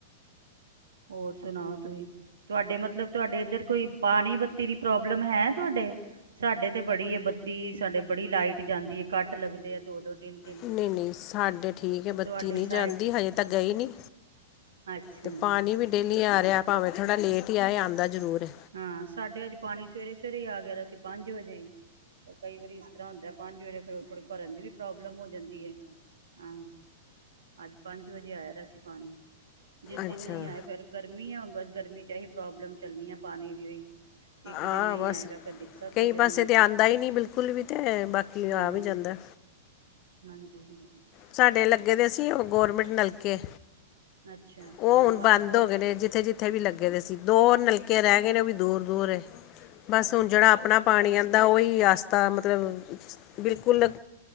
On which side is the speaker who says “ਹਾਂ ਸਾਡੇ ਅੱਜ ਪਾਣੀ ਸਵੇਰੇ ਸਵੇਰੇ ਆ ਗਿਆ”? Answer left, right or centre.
Right